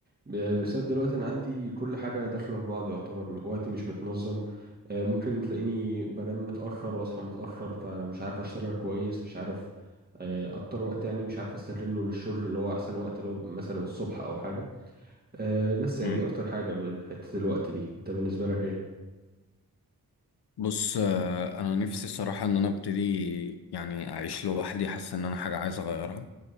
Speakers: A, on the right; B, on the left.
A: ب- بسبب دلوقتي انا عندي كل حاجه داخله في بعض يعتبر م- وقتي مش متنظم آه، ممكن تلاقيني بنام متاخر واصحى متاخر فمش عارف اشتغل كويس مش عارف آه، اكتر وقت يعني مش عارف استغله للشغل اللي هو احسن وقت اللي هو مثلا الصبح او حاجه آه، بس يعني
B: مم.
A: دي اكتر حاجه حته الوقت دي انت بالنسبه لك ايه
B: بص آه، انا نفسي الصراحه ان انا ابتدي يعني اعيش لوحدي حاسس ان انا حاجه عايز اغيرها